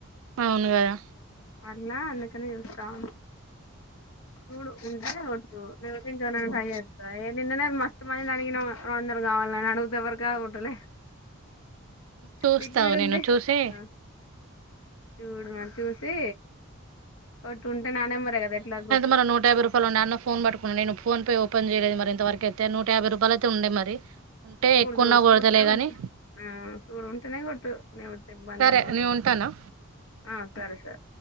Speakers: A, on the right; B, on the left.
A: అవును గదా
B: అట్లా అందుకనే జూస్తావున్న చూడు ఉంటే కొట్టు లేపోతే ఇంకెవరినైనా ట్రై చేస్తా. నిన్ననే మస్తు మందిని అడిగినం అందరు కావాల్న అని అడుగుతే ఎవరి కాడ కొట్టలే.
A: చూస్తా
B: లిక్విడ్
A: ఆగు
B: ఉంది
A: నేను చూసి
B: ఆ చూడు మరి చూసీ కొట్టు ఉంటే నా నెమ్మరే కదా ఎట్లా గొ
A: మర నూట యాబై రూపాయలు ఉండె అన్న ఫోన్ పట్టుకునుండే నేను ఫోన్ పే ఓపెన్ చెయ్యలెదు మరింతవరకై తే నూట యాభై రూపాయలు అయితే ఉండే మరి ఉంటే
B: సూడు
A: ఎక్కువన్నా
B: చూడు చూత్తే
A: కొడతలే
B: ఉం
A: కానీ
B: ఆ చూడు ఉంటేనే కొట్టు లేవోతే ఇబ్బందేమి
A: సరే
B: వద్దు.
A: నేను ఉంటానా
B: ఆ సరే సరే,